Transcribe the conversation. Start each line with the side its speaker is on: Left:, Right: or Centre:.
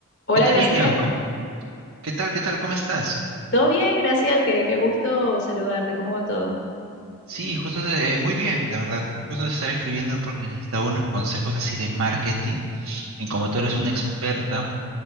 Left: Hola,
Right: ¿Qué tal,
Left: Graciel.
Right: Irian? ¿Cómo- ¿Qué tal? ¿Qué tal? ¿Cómo estás?
Left: ¿Todo bien, Graciel? Qué, qué gusto saludarte. ¿Cómo va todo?
Right: Sí, justo eh, muy bien, la verdad. Justo te estaba escribiendo porque necesitaba unos consejos así de marketing. Y como tú eres una experta,